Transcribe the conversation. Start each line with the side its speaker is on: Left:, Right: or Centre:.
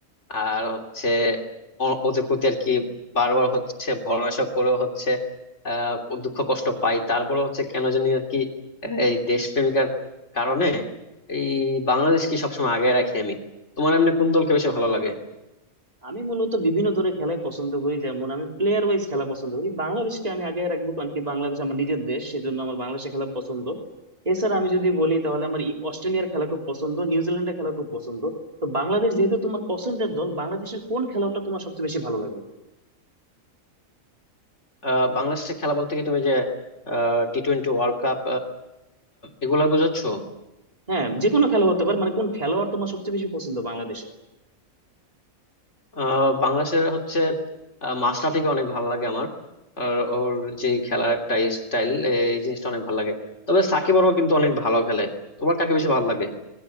Left: আর হচ্ছে ও- ওদের প্রতি আর কি বারবার হচ্ছে ভরসা করেও হচ্ছে আহ দুঃখ কষ্ট পাই তারপরে হচ্ছে কেন জানি আর কি এই দেশপ্রেমিকার কারণে এই বাংলাদেশকে সবসময় আগে রাখি আমি তোমার এমনি কোন দলকে বেশি ভালো লাগে
Right: আমি মূলত বিভিন্ন ধরনের খেলাই পছন্দ করি যেমন আমি প্লেয়ার ওয়াইজ খেলা পছন্দ করি বাংলাদেশকে আমি আগে রাখবো কারণ কি বাংলাদেশ আমার নিজের দেশ সেজন্য আমার বাংলাদেশে খেলা পছন্দ এছাড়া আমি যদি বলি তাহলে আমার ই- অস্ট্রেলিয়ার খেলা খুব পছন্দ নিউজিল্যান্ডের খেলা খুব পছন্দ তো বাংলাদেশ যেহেতু তোমার পছন্দের দল বাংলাদেশের কোন খেলাটা তোমার সবচেয়ে বেশি ভালো লাগে
Left: আহ বাংলাদেশে খেলা বলতে কি তুমি যে টি টোয়েন্টি ওয়ার্ল্ড কাপ এগুলা বুঝাচ্ছ
Right: হ্যাঁ যে কোনো খেলা হতে পারে মানে কোন খেলোয়াড় তোমার সবচেয়ে বেশি পছন্দ বাংলাদেশের
Left: আহ, বাংলাদেশের হচ্ছে আহ, মাশরাফিকে অনেক ভালো লাগে আমার আর ওর যে খেলার একটা স্টাইল এই জিনিসটা অনেক ভালো লাগে তবে সাকিব আরও কিন্তু অনেক ভালো খেলে তোমার কাকে বেশি ভালো লাগে